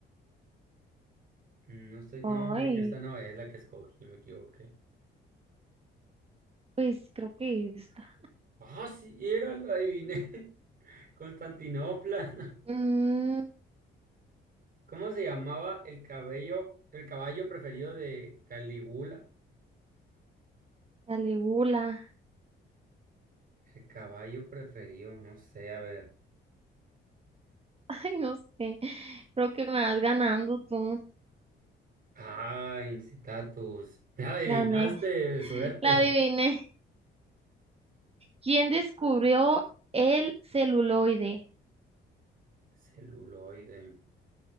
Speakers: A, on the right; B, on the right.
A: Mm, No estoy, no,
B: Ay,
A: creo que esta no es la que escogí, me equivoqué.
B: pues creo que esta.
A: Ah, sí, era, la adiviné. <laughs> Constantinopla. <laughs>
B: Mm,
A: ¿Cómo se llamaba el cabello, el caballo preferido de Calígula?
B: Caligula. <laughs>
A: El caballo preferido, no sé, a ver.
B: Ay, no sé. Creo que me vas ganando tú.
A: Ah, Incitatus. Ya adivinaste,
B: Gané.
A: suerte.
B: La adiviné. ¿Quién descubrió el celuloide?
A: <laughs> Celuloide.